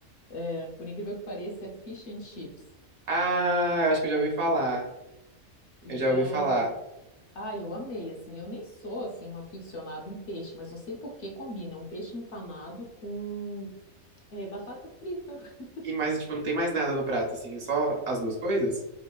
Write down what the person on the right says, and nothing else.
Ah, eu acho que eu já ouvi falar.
Eu já ouvi falar.
E mais, tipo, não tem mais nada no prato, assim, é só as duas coisas?